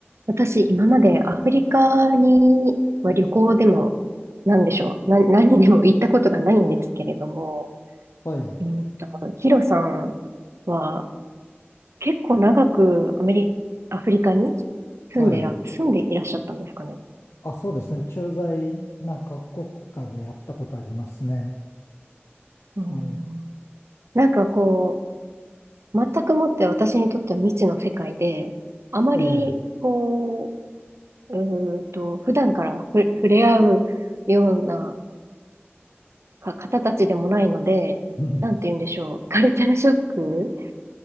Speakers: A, on the right; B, on the left.
A: 私、今までアフリカに、まあ、旅行でも、なんでしょう、な、<laughs> 何でも行ったことがないんですけれども、
B: はい、
A: うんと、ヒロさんは結構長くアメリ、アフリカに住んでら、
B: はい。
A: 住んでいらっしゃったんですかね。
B: あ、そうですね。駐在なんか国家でやったことありますね。
A: うん、
B: はい。
A: なんかこう、全くもって私にとっては未知の世界で、あまりこ
B: ええ。
A: う、うーんと、普段からふ触れ合うようなか方たちでもないので、
B: <laughs> うん。
A: なんて言うんでしょう。<laughs> カルチャーショック